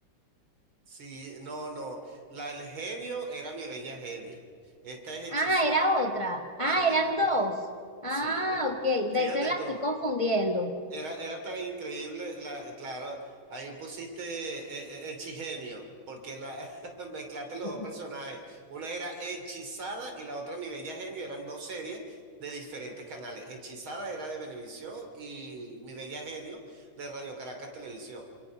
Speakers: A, on the right; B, on the left.
A: sí, no, no. La del genio era mi bella genio. Esta es Hechizada.
B: Ah, era otra. Ah,
A: Sí.
B: eran dos.
A: ¿no?
B: Ah,
A: Sí,
B: ok, de
A: fíjate
B: eso la
A: tú,
B: estoy confundiendo.
A: era, era tan increíble, la, claro, ahí pusiste eh, eh, hechigenio, porque la, <laughs> mezclaste los
B: <laughs>
A: dos personajes. Una era Hechizada y la otra Mi Bella Genio, eran dos series de diferentes canales. Hechizada era de Venevisión y Mi Bella Genio de Radio Caracas Televisión.